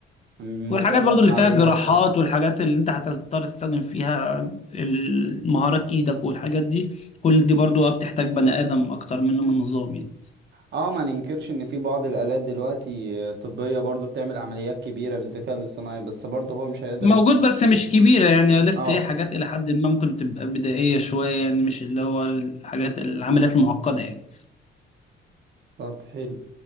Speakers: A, on the right (about 60°); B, on the left (about 35°).
A: مجرد
B: والحاجات برضو اللي
A: معلومات
B: فيها جراحات
A: بس
B: والحاجات اللي انت هتضطر تستخدم فيها ال- مهارات ايدك والحاجات دي كل دي برضو اه بتحتاج بني ادم اكتر منه من نظام يعني
A: اه ما ننكرش ان في بعض الالات دلوقتي آه، طبية برضو بتعمل عمليات كبيرة بالذكاء الاصطناعي بس برضو هو مش هيقدر
B: موجود
A: يستخدم
B: بس
A: الدكتور
B: مش كبيرة يعني لسه
A: اه
B: هي حاجات إلى حد ما ممكن تبقى بدائية شوية يعني مش اللي هو الحاجات العمليات المعقدة يعني
A: طب حلو